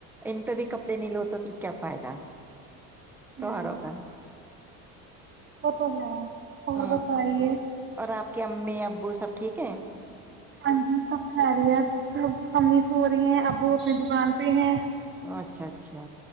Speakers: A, in the centre; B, on the right (about 35°).
A: ان پہ بھی کپڑے نہیں لو تو پھر کیا فائدہ تو
B: ہے
A: آارو کام
B: وہ تو ہے اور
A: ہ
B: بتائیے
A: اور آپ کی امی ا ابو سب ٹھیک ہے
B: ہاں جی سب خہل ہے سب کمینی س ہو رہی ہیں اب وہ اپنی دکان پہ ہیں
A: اچھا اچھا